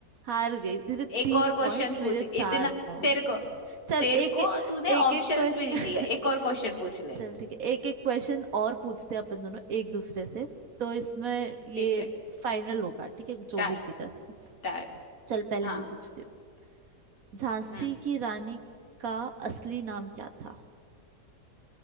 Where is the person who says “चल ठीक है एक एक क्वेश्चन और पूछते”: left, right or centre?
Right